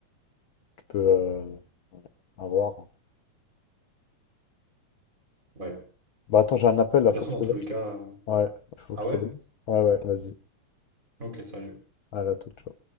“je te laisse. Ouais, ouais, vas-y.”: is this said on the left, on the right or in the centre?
Left